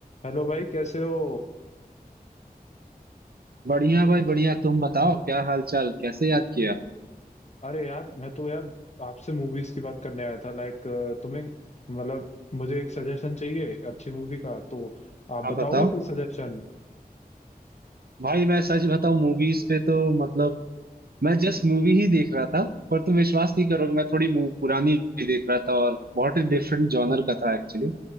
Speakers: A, on the left; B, on the right.
A: Hello भाई कैसे हो
B: बढ़िया भाई बढ़िया तुम बताओ क्या हाल चाल कैसे याद किया
A: अरे यार मैं तो यार आपसे मूवीज की बात करने आया था लाइक तुम्हें मतलब मुझे एक सजेशन चाहिए अच्छी मूवी का तो आप
B: आप
A: बताओगे
B: बताओ
A: कोई सजेशन
B: भाई मैं सच बताऊं मूवीज पे तो मतलब मैं जस्ट मूवी ही देख रहा था पर तुम विश्वास नहीं करोगे मैं थोड़ी मू- पुरानी भी देख रहा था और बहुत ही डिफरेंट जॉनर का था एक्चुअली